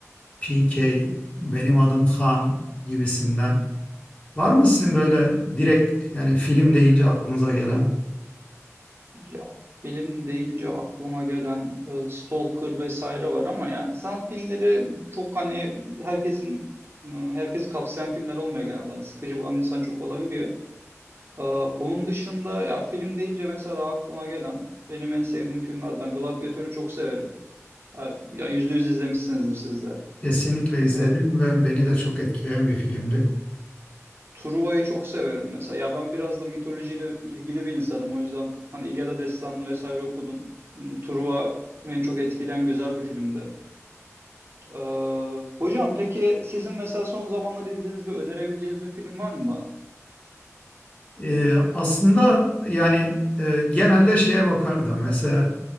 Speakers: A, on the left; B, on the right.
A: PK, benim adım Han gibisinden. Var mı sizin böyle direkt yani film deyince aklınıza gelen?
B: Ya film deyince aklıma gelen e, Stalker vesaire var ama yani sanat filmleri çok hani herkesin e, herkes kapsayan filmler olmuyor genelde. Hani sıkıcı bulan insan çok olabiliyor. Ee, onun dışında ya film deyince mesela aklıma gelen benim en sevdiğim filmlerden Gladiatör'ü çok severim. Ha, Ya yüzde yüz izlemişsinizdir siz de.
A: Kesinlikle izledim
B: Ee,
A: ve beni de çok etkileyen bir filmdi.
B: Truva'yı çok severim mesela. Ya ben biraz da mitolojiyle ilgili bir insanım. O yüzden hani İlyada Destanı'nı vesaire okudum. Hmm, Truva beni çok etkileyen güzel bir filmdi. Ee, hocam peki sizin mesela son zamanlarda izlediğiniz ve önerebileceğiniz bir film var mı bana?
A: Ee, aslında yani e, genelde şeye bakardım. Mesela